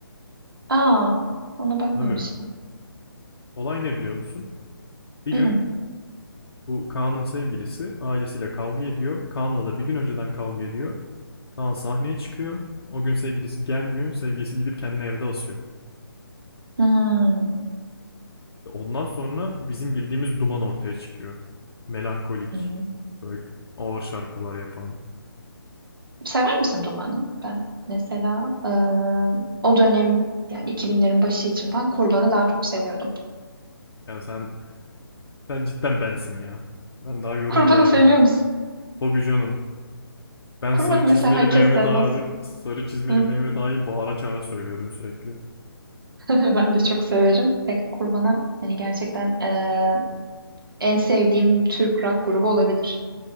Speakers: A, on the right (about 60°); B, on the left (about 70°).
A: Aa, ona bakmamıştım.
B: Tabii. Olay ne biliyor musun? Bir
A: Hı
B: gün
A: hı.
B: bu Kaan'ın sevgilisi ailesiyle kavga ediyor. Kaan'la da bir gün önceden kavga ediyor. Kaan sahneye çıkıyor. O gün sevgilisi gelmiyor. Sevgilisi gidip kendini evde asıyor.
A: Hmm,
B: Ondan sonra bizim bildiğimiz Duman ortaya çıkıyor. Melankolik,
A: hı hı.
B: böyle ağır şarkılar yapan.
A: Sever misin Duman'ı? Ben mesela eee, o dönem yani 2000'lerin başı için falan Kurban'ı daha çok seviyordum.
B: Ya sen sen cidden bensin ya. Ben daha
A: <laughs>
B: yorum
A: Kurban'ı
B: bile yapmıyorum.
A: seviyor musun?
B: Hobi canım. Ben
A: Kurban'ı
B: sarı
A: mesela
B: çizmeli
A: herkes
B: Mehmet
A: sevmez.
B: Ağa'yı, sarı çizmeli
A: Hı.
B: Mehmet Ağa'yı bağıra çağıra söylüyorum sürekli.
A: <laughs> Ben de çok severim. Ve Kurban'a hani gerçekten eee, en sevdiğim Türk rock grubu olabilir.